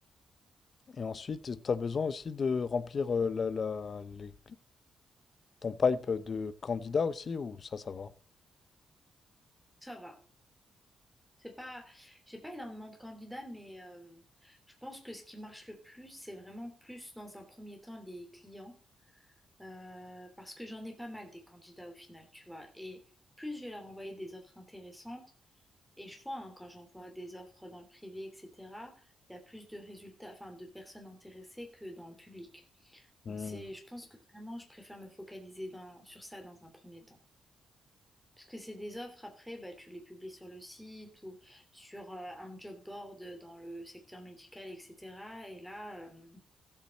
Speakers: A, on the left (about 50°); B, in the centre.
A: et ensuite, tu as besoin aussi de remplir euh, la, la- les- ton pipe de candidat aussi, ou ça, ça va?
B: ça. va. C'est pas, j'ai pas énormément de candidats, mais euh, je pense que ce qui marche le plus, c'est vraiment plus dans un premier temps les clients. Euh, parce que j'en ai pas mal des candidats au final, tu vois. Et plus je vais leur envoyer des offres intéressantes, et je vois hein, quand j'envoie des offres dans le privé, etc., il y a plus de résultats, enfin de personnes intéressées que dans le public.
A: Hmm,
B: Donc c'est, je pense que vraiment, je préfère me focaliser dans, sur ça dans un premier temps. Parce que c'est des offres, après, bah, tu les publies sur le site ou sur euh, un job board dans le secteur médical, etc. Et là, euh,